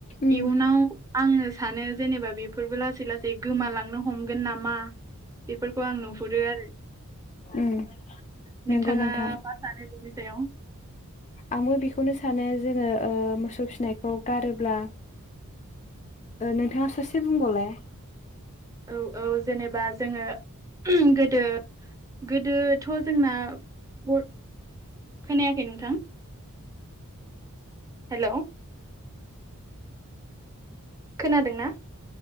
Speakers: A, on the left; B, on the right.
A: उम
B: इउनाव आङो सानो जेनेबा बेफोरबो लासै लासै गोमालां नो हमगोन नामा बेफोरखौ आं नुहुरो आरो।
A: ओम
B: नोंथाङा
A: नोंगौ नोंथां
B: मा सानो बेनि सायाव
A: आंबो बेखौनो सानो जोङो ओ मोसौ फिसिनायखौ गारोब्ला ओ नोंथाङा ससे बुंबावलाय
B: औ औ जेनेबा जोङो गोदो गोदो थ' जोंना बर खोनायाखै नोंथां हेल' खोनादोंना?